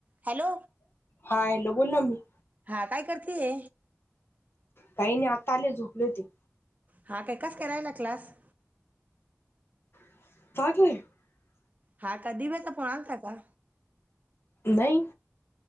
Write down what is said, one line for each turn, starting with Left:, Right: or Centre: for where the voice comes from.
Right: Hello
Left: हा hello बोल ना मी
Right: हा काय करतीये
Left: काही नाही आता आले झोपले होती.
Right: हा काय कसंका राहीला क्लास
Left: <unintelligible>
Right: हा का दिव्याचा फोन आलता का
Left: नाही